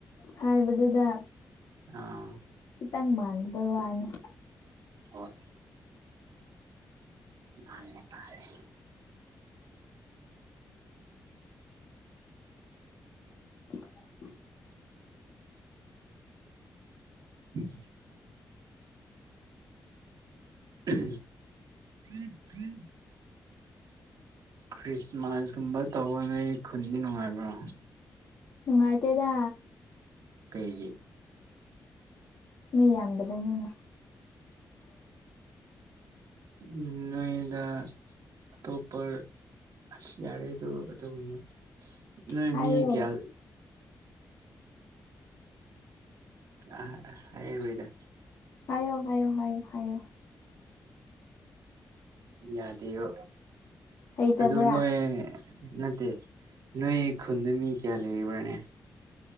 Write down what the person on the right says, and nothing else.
ꯑꯥ
ꯍꯣꯏ ꯃꯥꯜꯂꯦ ꯃꯥꯜꯂꯦ
ꯎꯝ ꯊꯔꯤꯔꯤ ꯈ꯭ꯔꯤꯁꯃꯥꯁꯀꯨꯝꯕ ꯇꯧꯕ ꯅꯣꯏ ꯈꯨꯟꯗꯤ ꯅꯨꯡꯉꯥꯏꯕ꯭ꯔꯣ
ꯀꯩꯒꯤ
ꯎꯝ ꯅꯣꯏꯗ ꯑꯇꯣꯞꯄ ꯑꯁ ꯌꯥꯔꯦꯗꯨ ꯑꯗꯨ ꯑꯃ ꯅꯣꯏ
ꯃꯤ ꯀꯌꯥ ꯑ ꯑ ꯍꯥꯏꯔꯔꯣꯏꯗ
ꯌꯥꯗꯦꯌꯨ
ꯑꯗꯨ ꯅꯣꯏ ꯅꯠꯇꯦ ꯅꯣꯏ ꯈꯨꯟꯗ ꯃꯤ ꯀꯌꯥ ꯂꯩꯕ꯭ꯔꯅꯦ